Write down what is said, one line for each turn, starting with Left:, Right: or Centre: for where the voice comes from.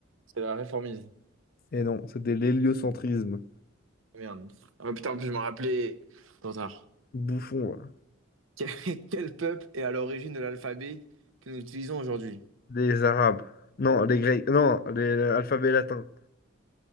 Right: C'était la réformise.
Left: Et non, c'était l'héliocentrisme.
Right: Ah, Merde. Ah, putain, en plus, je me rappelais. Trop tard.
Left: Bouffon, voilà.
Right: Quel <laughs> quel peuple est à l'origine de l'alphabet que nous utilisons aujourd'hui?
Left: Les Arabes. Non, les Grecs. Non, les- l'alphabet latin.